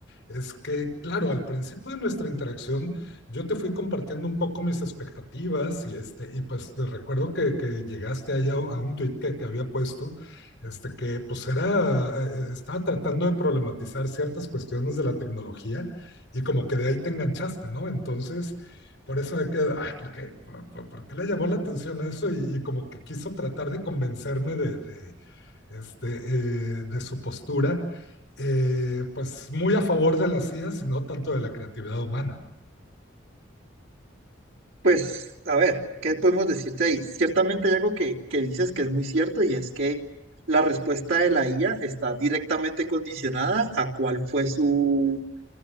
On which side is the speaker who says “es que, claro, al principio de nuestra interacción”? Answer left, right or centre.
Left